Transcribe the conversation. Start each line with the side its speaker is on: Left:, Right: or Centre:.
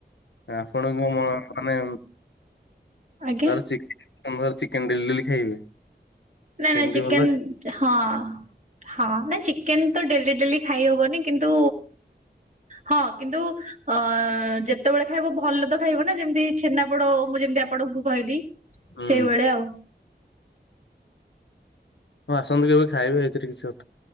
Left: ଆପଣ ମୁଁ ମାନେ
Right: ଆଜ୍ଞା।
Left: ଧର ଚି ତମର ଚିକେନ ଡେଲି ଡେଲି ଖାଇବେ?
Right: ନାଇଁ
Left: ସେମିତି
Right: ନାଇଁ ଚିକେନ
Left: ଭଲ
Right: ହଁ। ହଁ ନାଇଁ ଚିକେନ ତ ଡେଲି ଡେଲି ଖାଇ ହବନି। କିନ୍ତୁ ହଁ କିନ୍ତୁ ଅ ଯେତେବେଳେ ଖାଇବ ଭଲ ତ ଖାଇବ ନା ଯେମିତି ଛେନାପୋଡ ମୁଁ ଯେମି ତି ଆପଣଙ୍କୁ କହିଲି
Left: ହୁଁ
Right: ସେଇଭଳିଆ ଆଉ।
Left: ହଁ ଆସନ୍ତୁ କେବେ ଖାଇବେ ଏଥିରେ କିଛି ଅ